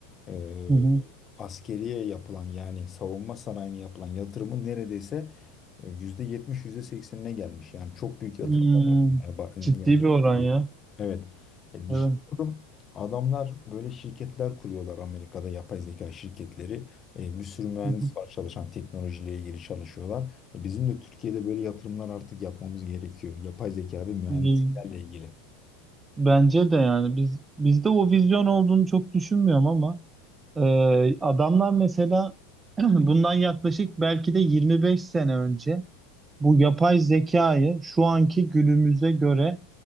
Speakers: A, on the left; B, on the right.
A: e,
B: Hı hı.
A: askeriye yapılan yani savunma sanayine yapılan yatırımın neredeyse e, %70 yüzde seksenine gelmiş. Yani çok büyük yatırımlar
B: Hmm,
A: yapılmaya ba-
B: ciddi
A: yatırım.
B: bir oran
A: oluyor.
B: ya.
A: Evet. E, düşünüyorum
B: Evet.
A: adamlar böyle şirketler kuruyorlar Amerika'da yapay zeka şirketleri. E, bir sürü mühendis
B: hı hı.
A: var çalışan teknolojiyle ilgili çalışıyorlar. E, bizim de Türkiye'de böyle yatırımlar artık yapmamız gerekiyor. Yapay zeka ve mühendisliklerle
B: İyi.
A: ilgili.
B: Bence de yani biz bizde o vizyon olduğunu çok düşünmüyorum ama eee, adamlar mesela <clears throat> bundan yaklaşık belki de 25 sene önce bu yapay zekayı şu anki günümüze göre